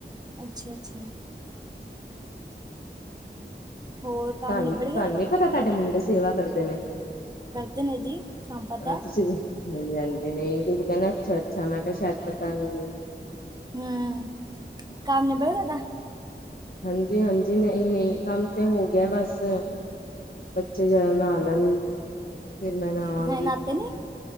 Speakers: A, on the right; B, on the left.
A: ਅੱਛਾ, ਅੱਛਾ। ਹੋਰ ਕੰਮ
B: ਤੁਹਾਨੂ,
A: ਨਿਬੜ ਗਿਆ
B: ਤੁਹਾਨੂੰ ਨੀ ਪਤਾ ਤੁਹਾਡੇ ਮੁੰਡੇ ਸੇਵਾ ਕਰਦੇ ਨੇ।
A: ਕਰਦੇ ਨੇ ਜੀ, ਸਾਨੂੰ ਪਤਾ।
B: ਹਾਂ ਤੁਸੀਂ ਹਾਂਜੀ, ਹਾਂਜੀ, ਨਈ ਤੁਸੀਂ ਕਹਿੰਣਾ ਅੱਛਾ-ਅੱਛਾ ਮੈਂ ਕਿਆ ਸ਼ਾਇਦ ਪਤਾ ਨਈ ਏ।
A: ਹਂ, ਕੰਮ ਨੀਬੜ ਗਿਆ ਤੁਹਾਡਾ।
B: ਹਾਂਜੀ, ਹਾਂਜੀ, ਨਈਂ ਨਈਂ, ਕੰਮ ਤੇ ਹੋ ਗਿਆ ਬਸ। ਬੱਚੇ ਜਦੋਂ ਨਾਹ ਲੈਣ ਫਿਰ ਮੈਂ ਨਾਵਾਂਗੀ।
A: ਹਜੇ ਨਾਤੇ ਨੀ।